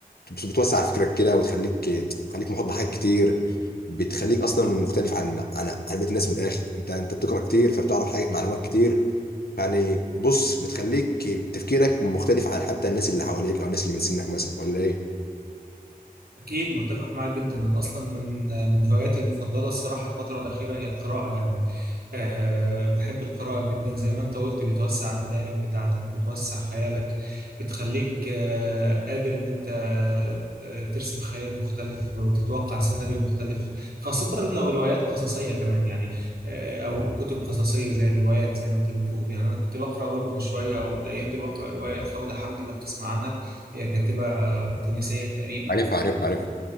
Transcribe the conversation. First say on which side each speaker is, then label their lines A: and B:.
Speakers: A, on the left; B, on the right.
A: بت- بتوسع فكرك كده وتخليك تخليك محاط بحاجات كتير بتخليك اصلا مختلف عن عن عن بقيه الناس من الاخر انت انت بتقرا كتير فبتعرف حاجه معلومات كتير يعني بص بتخليك تفكيرك مختلف عن حتى الناس اللي حواليك او الناس اللي من سنك مثلا ولا ايه؟
B: أكيد متفق معاك جدا أنا أصلا من من هواياتي المفضلة الصراحة الفترة الأخيرة هي القراءة يعني أه بحب القراءة جدا زي ما أنت قلت بتوسع المدارك بتاعتك بتوسع خيالك بتخليك أه قادر إن أنت أه ترسم خيال مختلف وتتوقع سيناريو مختلف خاصة لو روايات قصصية كمان يعني أه أو كتب قصصية زي الروايات زي ما أنت بتقول يعني أنا كنت بقرأ برضو من شوية أو الأيام دي بقرأ رواية الخولة حمدي لو تسمع عنها هي كاتبة تونسية تقريبا
A: عارف عارف عارف